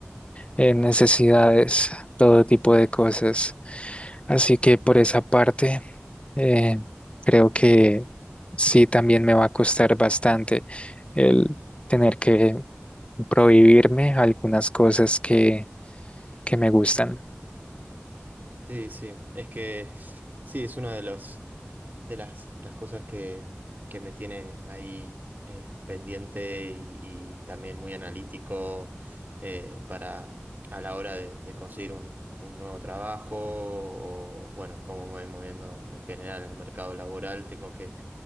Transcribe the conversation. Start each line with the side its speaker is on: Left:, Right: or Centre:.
Left: en necesidades, todo tipo de cosas. Así que por esa parte, eh, creo que sí también me va a costar bastante el tener que prohibirme algunas cosas que, que me gustan. <laughs>
Right: Sí, sí, es que sí, es una de los, de las, de las cosas que, que me tiene ahí eh, pendiente y, y también muy analítico eh, para a la hora de, de conseguir un, un nuevo trabajo o bueno, cómo me voy moviendo en general en el mercado laboral, tengo que